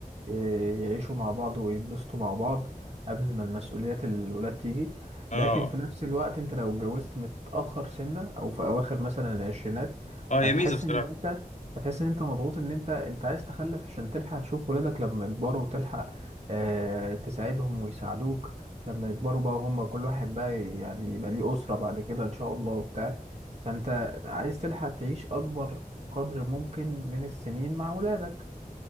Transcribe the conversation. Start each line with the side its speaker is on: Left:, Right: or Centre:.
Right: ي- يعيشوا مع بعض ويتبسطوا مع بعض قبل ما المسؤوليات الولاد تيجي
Left: اه
Right: لكن في نفس الوقت انت لو اتجوزت متأخر سنة او في اواخر مثلا العشرينات
Left: اه
Right: هتحس
Left: هي ميزه بصراحه
Right: ان انت هتحس ان انت مضغوط ان انت انت عايز تخلف عشان تلحق تشوف ولادك لما يكبروا وتلحق آه، تساعدهم ويساعدوك لما يكبروا بقى وهم كل واحد بقى يعني يبقى ليه أسرة بعد كده ان شاء الله وبتاع فانت عايز تلحق تعيش اكبر قدر ممكن من السنين مع ولادك